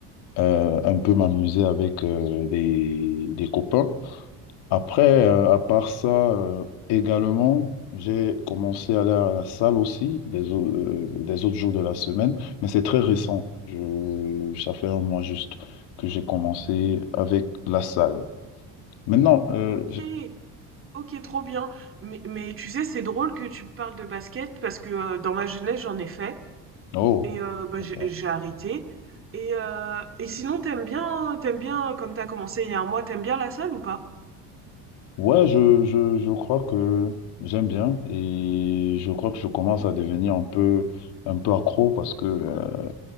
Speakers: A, on the left; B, on the right.
A: euh, un peu m'amuser avec euh, des, des copains. Après, euh, à part ça, euh, également, j'ai commencé à aller à la salle aussi des, au- euh, des autres jours de la semaine, mais c'est très récent. Je, ça fait un mois juste que j'ai commencé avec la salle. Maintenant, euh,
B: Ok,
A: je-
B: ok, trop bien. Mais, mais tu sais, c'est drôle que tu parles de basket parce que euh, dans ma jeunesse, j'en ai fait.
A: oh,
B: Et heu, bah,
A: d'accord.
B: j'ai j'ai arrêté et heu et sinon t'aimes bien t'aimes bien comme t'as commencé il y a un mois, t'aimes bien la salle ou pas?
A: Ouais, je, je, je crois que j'aime bien et je crois que je commence à devenir un peu, un peu accro parce que, euh,